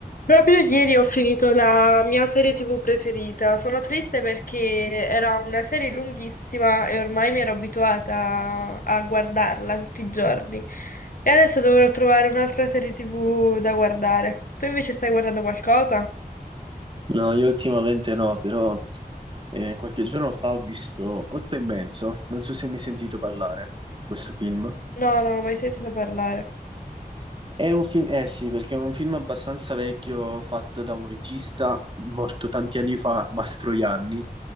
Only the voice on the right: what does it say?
No, io ultimamente no, però eh, qualche giorno fa ho visto Otto e mezzo, non so se mi hai sentito parlare di questo film.
È un film, eh sì, perché è un film abbastanza vecchio fatto da un regista morto tanti anni fa, Mastroianni.